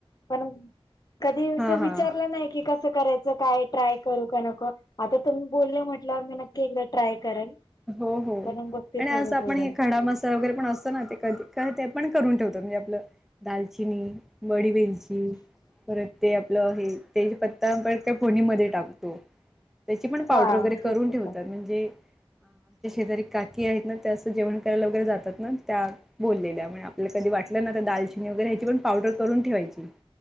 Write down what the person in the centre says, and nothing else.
हा
हा
हो हो
आणि
असं आपण
हे ख डा मसाला वगैरे पण असतो ना ते कधी ते पण करून ठेवतो म्हणजे आपलं दालचिनी मडीवेेलची परत ते आपलं आहे त्या पत्ता आपण त्या फोणीमध्ये टाकतो त्याची पण पावडर
वगैरे
करून ठेवतात म्हणजे ज शेजारी काकी आहेत ना त्या असं जेवण करायला वगैरे जातात ना त्या बोललेल्या आपल्याला कधी वाटलं ना तर दालचिनी वगैरे ह्याची पण पावडर करून ठेवायची